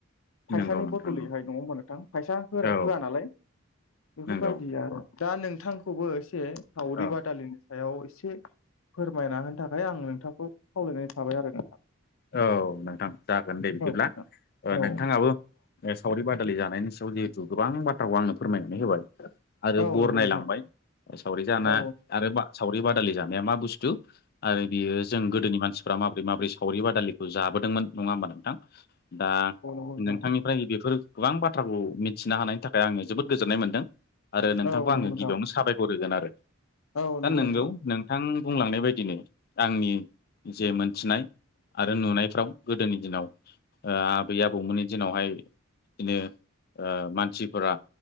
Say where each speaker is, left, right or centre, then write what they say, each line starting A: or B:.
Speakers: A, on the left; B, on the left.
A: फैसानि
B: नंगौ नोंथां
A: बदलैहाय
B: नंगौ
A: नङा होमबा नोंथां? फैसा होआ
B: औ
A: नालाय बेफोरबायदि
B: नंगौ
A: आरो। दा नोंथांखौबो एसे सावरि
B: औ
A: बादालिनि सायाव एसे फोरमायना होनो थाखाय आं नोंथांखौ खावलायनाय थाबाय आरो ना।
B: औ नोंथां जागोन दे बिदिब्ला।
A: नोंथां
B: ओ
A: औ नोंथां
B: नोंथाङाबो सावरि बादालि जानायनि सायाव जिहेतु गोबां बा थाराखौ आंनो फोरमायनानै होबाय आरो
A: औ
B: बरनायलांबाय
A: नंगौ नोंथां
B: सावरि जाना
A: औ
B: आरो बा सावरि बादालि जानाया मा बुस्थु आरो बियो जों गोदोनि मानसिफ्रा माब्रै माब्रै सावरि बादालिखौ जाबोदोंमोन, नङा होमबा नोंथां? दा
A: नोंथां
B: नोंथांनि फ्राय बेफोर गोबां बाथ्राखौ मिथिनो हानायनि थाखाय आङो जोबोद गोजोननाय मोनदों। आरो नोंथांखौ
A: औ नंगौ
B: आङो
A: नोंथां
B: गिबियावनो साबायखर होगोन आरो
A: औ
B: दा
A: नंगौ
B: नोंगौ
A: नोंथां औ नंगौ नोंथां
B: नों बिथां बुंलांनाय बायदिनो आंनि जे मोनथिनाय आरो नुनायफ्राव गोदोनि दिनाव आबै आबौमोननि दिनावहाय बिदिनो मानसिफोरा